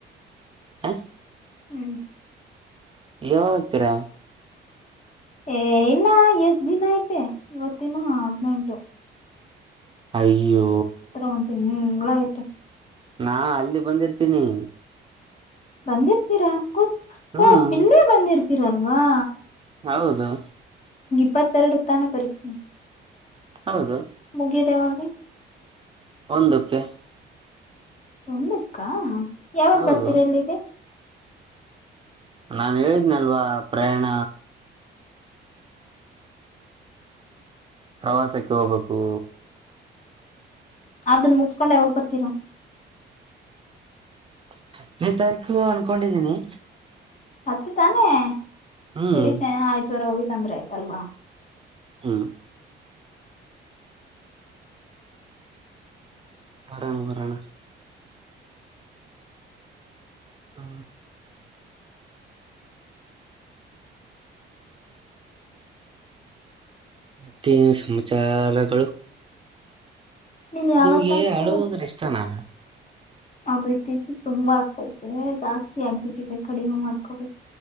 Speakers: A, on the right (about 25°); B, on the left (about 35°).
A: ಹಾ
B: ಹ್ಮ್
A: ಯೆಮಂತಿರ
B: ಏ ಇನ್ನ ಎಷ್ಟ ದಿನ ಐತೆ, ಇವತ್ತಿನ ಹದ್ನೆೆಂಟು.
A: ಅಯ್ಯೋ,
B: ಒಂದ್ ತಿಂಗಳ ಐತೆ
A: ನಾ ಅಲ್ಲಿ ಬಂದಿರ್ತೀನಿ.
B: ಬಂದಿರ್ತೀರಾ ಕೂ
A: ಹ್ಮ್
B: ಓ ಇಲ್ಲೇ ಬಂದಿರ್ತೀರಲ್ಲ. ವಾ
A: ಹೌದು.
B: ಇಪ್ಪತ್ತೆರಡು ಸ್ಥಾನ ಪರೀಕ್ಷೆ.
A: ಹೌದು
B: ಮುಗಿದೇವ ಹ
A: ಒಂದಕ್ಕೆ
B: ಒಂದಕ್ಕಾ ಯಾವಾಗ
A: ಹೌದು
B: ಬರ್ತೀರಾ ಇಲ್ಲಿಗೆ?
A: ನಾನ್ ಹೇಳಿದ್ನಲ್ವಾ ಪ್ರಯಾಣ ಪ್ರವಾಸಕ್ಕೆ ಹೋಗ್ಬೇಕು.
B: ಅದನ್ ಮುಗಸ್ಕೊಂಡ್ ಯಾವಾಗ ಬರ್ತೀರಾ?
A: <unintelligible> ತಾರೀಕು ಅನ್ಕೊಂಡಿದ್ದೀನಿ.
B: ಹತ್ತು ತಾನೆ
A: ಹ್ಮ್
B: ಕುಡಿ ಶ ಆಯ್ತ್ವರೆ ಹೋಗಿ ತಂದ್ರೆ ಆಯತು. ಅಲ್ವಾ
A: ಹ್ಮ ಬಣ ಪಣ ಹ್ಮ ಮತ್ತೇನು ಸಮಾಚಾರಗಳು
B: ನೀನ್ ಯಾವತ್ತಾದ್ರೂ
A: ನಿಮ್ಗೆ ಹಳೋದ ಅಂದ್ರೆ ಇಷ್ಟನಾ
B: ಅದು್ರ ಇತ್ತೀಚೆಗೆ ತುಂಬಾ ಆಗ್ತೈತೆ ಜಾಸ್ತಿ ಆಗ್ಬಿಟ್ಟಿದೆ ಕಡಿಮೆ ಮಾಡ್ಕೋಬೇಕು